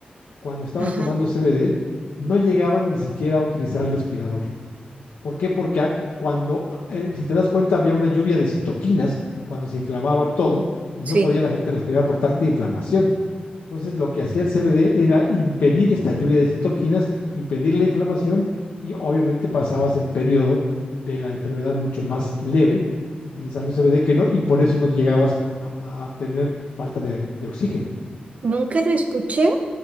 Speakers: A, on the left; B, on the right.
A: cuando estaban
B: Ajá.
A: tomando CBD, no llegaban ni siquiera a utilizar el respirador. ¿Por qué? Porque ah, cuando, eh, si te das cuenta, había una lluvia de citoquinas cuando se inflamaba todo y
B: Sí.
A: no podía la gente respirar por tanta inflamación. Entonces, lo que hacía el CBD era impedir esta lluvia de citoquinas, impedir la inflamación y obviamente pasabas el periodo de la enfermedad mucho más leve utilizando CBD que no y por eso no llegabas a, a tener falta de, de oxígeno.
B: Nunca lo escuché,